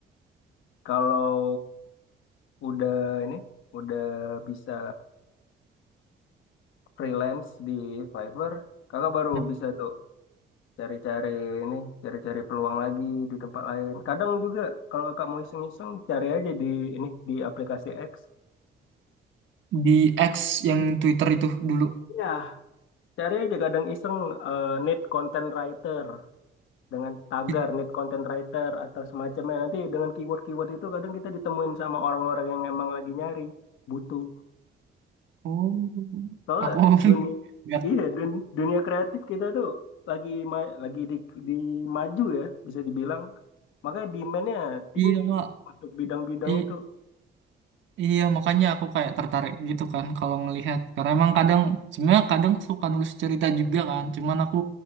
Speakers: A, on the left; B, on the right.
A: Kalau udah ini, udah bisa freelance di Fiverr, kakak baru
B: Nah,
A: bisa tuh cari-cari ini cari-cari peluang lagi di tempat lain kadang juga kalau kakak mau iseng-iseng cari aja di ini di aplikasi X
B: Di X yang Twitter itu dulu.
A: ya cari aja kadang iseng eh, need content writer dengan tagar
B: It-
A: need content writer atau semacamnya nanti dengan keyword-keyword itu kadang kita ditemuin sama orang-orang yang emang lagi nyari butuh
B: Oh,
A: soalnya
B: aku <laughs>
A: dunia
B: nggak
A: iya dun- dunia kreatif kita tuh lagi ma- lagi di, di maju ya bisa dibilang makanya demand-nya tinggi
B: iya kak.
A: untuk bidang-bidang
B: I-
A: itu
B: iya makanya aku kayak tertarik gitu kan kalau ngelihat karena emang kadang sebenarnya kadang suka nulis cerita juga kan. Cuman aku